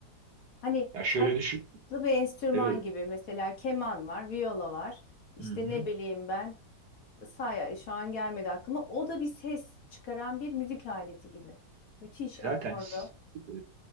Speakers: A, on the left (about 55°); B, on the right (about 70°).
A: Hani
B: Ya şöyle
A: farklı
B: düşün,
A: bir enstrüman
B: evet,
A: gibi mesela keman var, viyola var. İşte
B: hı-hı.
A: ne bileyim ben saya şu an gelmedi aklıma. O da bir ses çıkaran bir müzik aleti gibi. Müthiş
B: Zaten
A: akorlu.
B: s- e,